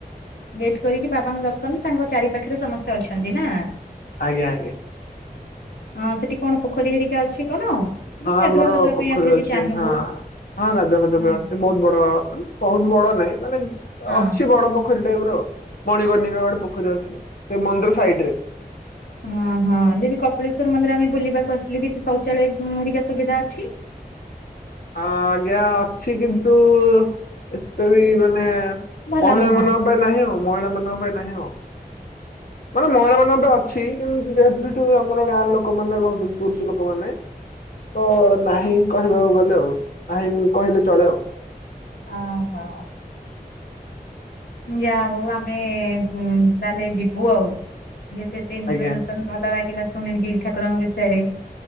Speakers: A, on the left; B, on the left.
A: ନେଟ କରିକି ବାବାଙ୍କ ଦର୍ଶନ ତାଙ୍କ ଚାରି ପାଖରେ ସମସ୍ତେ ଅଛନ୍ତି ନା।
B: ଆଜ୍ଞା ଆଜ୍ଞା।
A: ହଁ ସେଠି କଣ ପୋଖରୀ ହେରି ତେ ଅଛି କଣ ଉଁ
B: ହଁ ଆମର
A: ଗାଧୁଆ ପାଧୁବା
B: ପୋଖରୀ
A: ପାଇଁ ଆମେ ଯଦି
B: ଅଛି
A: ଚାହିଁବୁ
B: ହଁ। ହଁ ଗାଧୁଆ ପାଧୁଆ
A: ହଁ
B: ପାଇଁ ଅଛି ବହୁତ ବଡ ମାନେ ବହୁତ ବଡ ନାଇଁ ମାନେ
A: ହଁ।
B: ଅଛି ବଡ ପୋଖରୀ ଟାଇପ ର। ମଣିକର୍ନିକା ଆ ଗୋଟେ ପୋଖରୀ ଅଛି ସେ ମନ୍ଦିର ସାଇଡ ରେ।
A: ହଁ ହଁ ଯେନ୍ତି କପିଳେଶ୍ଵର ମନ୍ଦିର ଆମେ ବୁଲିବାକୁ ଆସିଥିଲୁ କିଛି ଶୌଚାଳୟ ହରିକା ସୁବିଧା ଅଛି।
B: ହ ଆଜ୍ଞା ଅଛି କିନ୍ତୁ ଏତେ ବି ମାନେ
A: ଭଲ
B: ମହିଳା
A: ନୁହଁ
B: ମାନଙ୍କ ପାଇଁ ନାହିଁ ଆଉ ମହିଳା ମାନଙ୍କ ପାଇଁ ନାହିଁ ଆଉ। ମାନେ ମହିଳା ମାନଙ୍କ ପାଇଁ ଅଛି କିନ୍ତୁ ଯେହେତୁ ସେଠୁ ଆମର ଗାଁ ର ଲୋକମାନେ ରହୁଚନ୍ତି ପୁରୁଷ ଲୋକ ମାନେ ତ ନାହିଁ କହିବାକୁ ଗଲେ ଆଉ। ନାହିଁ କହିଲେ ଚଳେ ଆଉ।
A: ଆ ହୋ। ଯାହା ହଉ ଆମେ ଉଁ ତା ହେଲେ ଯିବୁ ଆଉ। ଯେ ଏତେ ଇନଫର୍ମେସନ
B: ଆଜ୍ଞା
A: ଭଲ ଲାଗିଲା ଶୁଣିଲି ଠାକୁରଙ୍କ ବିଷୟରେ।